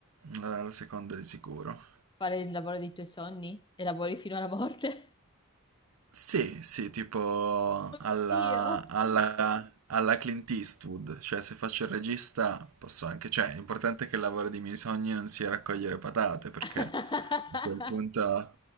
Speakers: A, on the right; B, on the left.
A: la la seconda di sicuro.
B: Fare il lavoro dei tuoi sogni e lavori fino alla morte?
A: Sì, sì, tipo
B: <laughs> Oddio.
A: alla, alla, alla Clint Eastwood, cioè se faccio il regista posso anche, cioè l'importante è che il lavoro dei miei sogni non sia raccogliere patate, perché
B: <laughs>
A: a quel punto